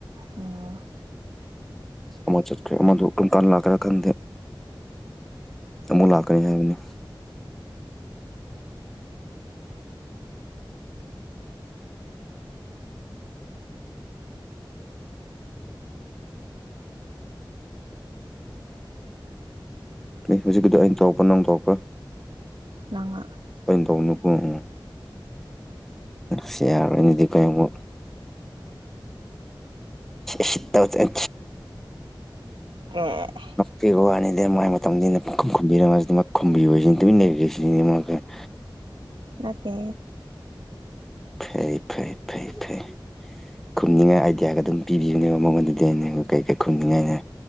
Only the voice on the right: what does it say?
ꯎꯝ
ꯑꯪꯉ
ꯑ <unintelligible> <inaudible>
ꯅꯀꯦ